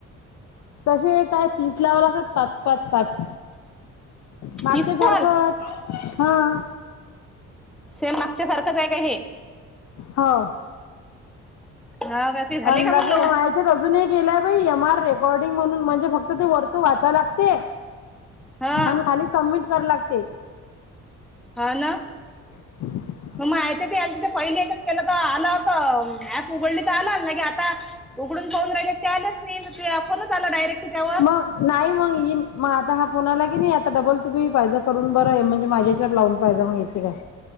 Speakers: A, on the left; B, in the centre.
A: तशे काय तीस लावावे लागत पाच - पाच - पाच. मागच्या
B: तीस
A: सारखं
B: कॉल
A: हा.
B: सेम मागच्या सारखंच आहे का हे?
A: हा वो.
B: हा का ते झाले
A: आण
B: का मग
A: लगे
B: लावून
A: माई त तर अजून गेलाय एम आर रेकॉर्डिंग म्हणून म्हणजे फक्त ते वरच वाचायला लागते.
B: हा
A: आणि खाली सबमिट करा लागते.
B: हा ना?
A: <inaudible>
B: मग माझ्या च्या ते पहिले एकच केलं तर आलं होत ॲप उघडली तर आलं लगे आता. उघडून पाहून राहिले ते आल्याच नाही ते फोनच आला डायरेक्ट त्याच्यावर.
A: मग नाही मग येईन मग आता हा फोन आला की नाही आता डबल तुम्ही पाहिजा करून बरं आहे म्हणजे माझ्या याच्यावर लावून. फयदा मग इकती काय?